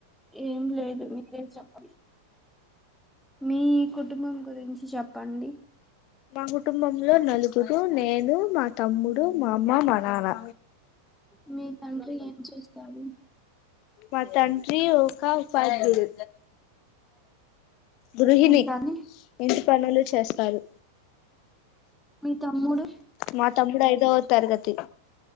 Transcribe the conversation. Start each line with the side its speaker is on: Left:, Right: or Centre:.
Centre: ఏం లేదు మీరే చెప్పాలీ మీ కుటుంబం గురించ్ చెప్పండి
Left: మా కుటుంబంలో నలుగురు నేను మా తమ్ముడు మా అమ్మ మా నాన్న
Centre: మీ తండ్రి ఏం చేస్తాడూ
Left: మా తండ్రి ఒక ఉపాద్యుడు గృహిణి
Centre: మీ తల్లి
Left: ఇంటి పనులు చేస్తారు
Centre: మీ తమ్ముడు
Left: మా తమ్ముడు ఐదొవ తరగతి